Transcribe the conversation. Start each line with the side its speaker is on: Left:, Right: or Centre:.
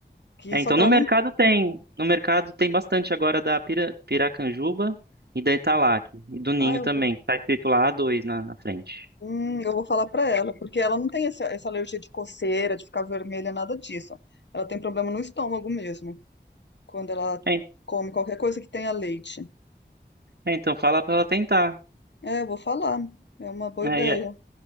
Left: que
Right: É,
Left: só
Right: então
Left: que
Right: no
Left: ela
Right: mercado
Left: não.
Right: tem, no mercado tem bastante agora da pira, piracanjuba e da Italac, e do Ninho
Left: Ah, eu
Right: também, tá escrito lá A2 na, na frente.
Left: Hum, eu vou falar pra ela, porque ela não tem essa, essa alergia de coceira, de ficar vermelha, nada disso. Ela tem problema no estômago mesmo, quando ela
Right: É,
Left: come qualquer coisa que tenha leite.
Right: é, então fala pra ela tentar.
Left: É, eu vou falar. É uma boa
Right: É,
Left: ideia.
Right: e a-